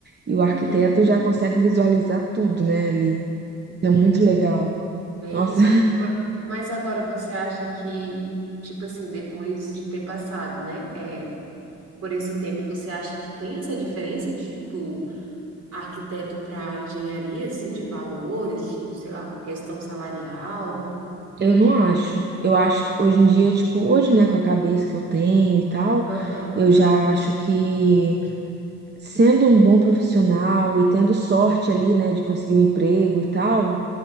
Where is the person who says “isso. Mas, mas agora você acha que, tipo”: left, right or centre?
Right